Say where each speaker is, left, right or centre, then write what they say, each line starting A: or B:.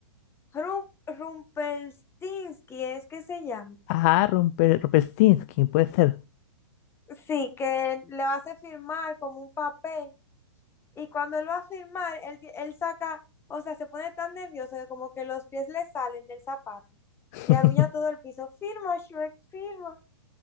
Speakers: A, on the left; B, on the left.
A: Rum, Rumpelstiltskin es que se llama.
B: Ajá, Romper, Rumpelstiltskin, puede ser.
A: Sí, que lo hace firmar como un papel y cuando él va a firmar, él, ti- él saca, o sea, se pone tan nervioso que como que los pies le salen del zapato
B: <laughs>
A: y arruña todo el piso. Firma, Shrek, firma.